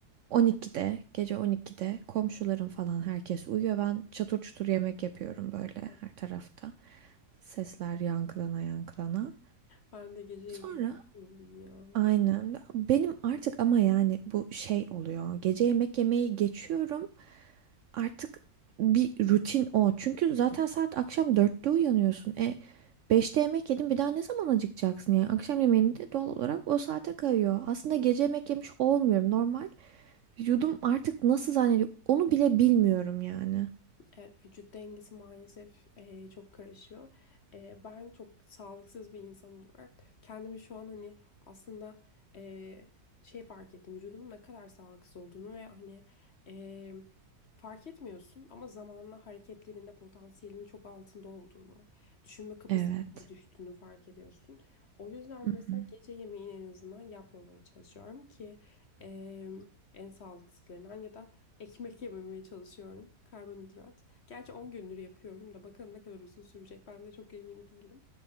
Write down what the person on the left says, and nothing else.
evet.
Ben de gece yemeği
çok yiyorum ya.
Evet, vücut dengesi maalesef eee, çok karışıyor. Eee, ben çok sağlıksız bir insan olarak kendimi şu an hani aslında eee, şey fark ettim vücudumun ne kadar sağlıksız olduğunu ve hani eee, fark etmiyorsun ama zamanla hareketlerinde potansiyelinin çok altında olduğunu, düşünme kapasitenin
de düştüğünü fark ediyorsun. O yüzden
mesela
gece yemeğini en azından yapmamaya çalışıyorum ki eee, en sağlıksızlarından ya da ekmek yememeye çalışıyorum. Karbonhidrat. Gerçi 10 gündür yapıyorum da bakalım ne kadar uzun sürecek. Ben de çok emin değilim.